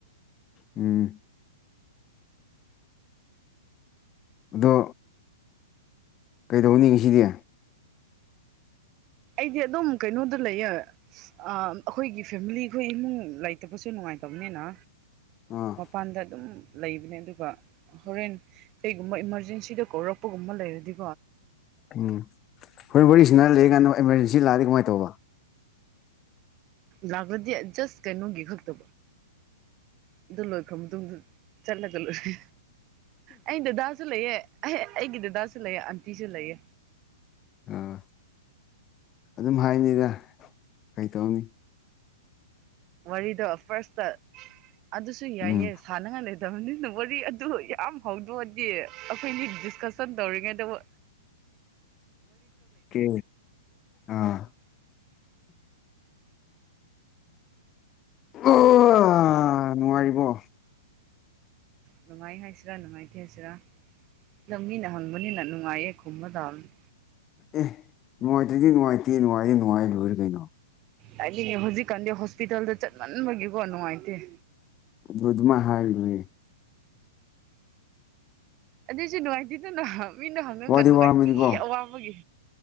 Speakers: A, on the left (about 25°); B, on the right (about 35°).
A: ꯎꯝ ꯑꯗꯣ ꯀꯩꯗꯧꯅꯤ ꯉꯁꯤꯗꯤ
B: ꯑꯩꯗꯤ ꯑꯗꯨꯝ ꯀꯩꯅꯣꯗ ꯂꯩꯌꯦ ꯑꯥ ꯑꯩꯈꯣꯏꯒꯤ ꯐꯦꯝꯃꯤꯂꯤ ꯈꯣꯏ ꯏꯃꯨꯡ ꯂꯩꯇꯕꯁꯨ ꯅꯨꯡꯉꯥꯏ ꯅꯨꯡꯉꯥꯏꯇꯕꯅꯤꯅ
A: ꯑꯥ
B: ꯃꯄꯥꯟꯗ ꯑꯗꯨꯝ ꯂꯩꯕꯅꯦ ꯑꯗꯨꯒ ꯍꯣꯔꯦꯟ ꯀꯩꯒꯨꯝꯕ ꯏꯃꯥꯔꯖꯦꯟꯁꯤꯗ ꯀꯧꯔꯛꯄꯒꯨꯝꯕ ꯂꯩꯔꯗꯤ
A: ꯎꯝ ꯍꯣꯔꯦꯟ ꯋꯥꯔꯤ ꯁꯅꯥ ꯂꯩꯔꯤꯀꯥꯟꯗ ꯑꯦꯃꯥꯔꯖꯦꯟꯁꯤ ꯂꯥꯛꯑꯗꯤ ꯀꯃꯥꯏ ꯇꯧꯕ
B: ꯂꯥꯛꯂꯗꯤ ꯖꯁ ꯀꯩꯅꯣꯒꯤ ꯈꯛꯇ ꯑꯗꯨ ꯂꯣꯏꯈꯔ ꯃꯇꯨꯡꯗ ꯆꯠꯂꯒ ꯂꯣꯏꯔꯦ ꯑꯩ ꯗꯗꯥꯁꯨ ꯂꯩꯑꯦ ꯑꯩ ꯑꯩꯒꯤ ꯗꯗꯥꯁꯨ ꯂꯩꯑꯦ ꯑꯟꯇꯤꯁꯨ ꯂꯩꯑꯦ
A: ꯑꯥ ꯑꯗꯨꯝ ꯍꯥꯏꯅꯤꯗ ꯀꯩ ꯇꯧꯅꯤ
B: ꯋꯥꯔꯤꯗꯣ ꯐꯥꯔꯁꯇ ꯑꯗꯨꯁꯨ ꯌꯥꯏꯌꯦ
A: ꯎꯝ
B: ꯁꯥꯟꯅꯉꯥꯏ ꯂꯩꯇꯕꯅꯤꯅ ꯋꯥꯔꯤ ꯑꯗꯨ ꯌꯥꯝ ꯍꯧꯗꯣꯛꯑꯗꯤ ꯑꯩꯈꯣꯏꯗꯤ ꯗꯤꯁꯀꯁꯟ ꯇꯧꯔꯤꯉꯩꯗ ꯋꯥ
A: ꯀꯦ ꯑꯥ ꯑꯣ ꯅꯨꯉꯥꯏꯔꯤꯕ꯭ꯔꯣ
B: ꯅꯨꯡꯉꯥꯏ ꯍꯥꯏꯁꯤꯔꯥ ꯅꯨꯡꯉꯥꯏꯇꯦ ꯍꯥꯏꯁꯤꯔꯥ ꯗ ꯃꯤꯅ ꯍꯪꯕꯅꯤꯅ ꯅꯨꯡꯉꯥꯏꯌꯦ ꯈꯨꯝꯕ ꯇꯥꯕꯅꯤ
A: ꯑꯦ ꯅꯨꯡꯉꯥꯏꯇꯔꯗꯤ ꯅꯨꯡꯉꯥꯏꯇꯦ ꯅꯨꯡꯉꯥꯏ ꯅꯨꯡꯉꯥꯏ ꯂꯣꯏꯔꯦ ꯀꯩꯅꯣ
B: ꯇꯥꯏꯅꯤꯡꯉꯦ ꯍꯧꯖꯤꯛꯀꯥꯟꯗꯤ ꯍꯣꯁꯄꯤꯇꯥꯜꯗ ꯆꯠꯃꯟꯕꯒꯤꯀꯣ ꯅꯨꯡꯉꯥꯏꯇꯦ
A: ꯗꯨ ꯑꯗꯨꯃꯥꯏ ꯍꯥꯏꯔ ꯂꯣꯏꯔꯦ
B: ꯑꯗꯨꯁꯨ ꯅꯨꯡꯉꯥꯏꯇꯤ ꯃꯤꯅ ꯍ ꯃꯤꯅ ꯍꯪꯔꯒ
A: ꯋꯥꯗꯤ
B: ꯅꯨꯡꯉꯥꯏꯇꯦ
A: ꯋꯥꯔꯝꯃꯅꯤꯀꯣ
B: ꯑꯋꯥꯕꯒꯤ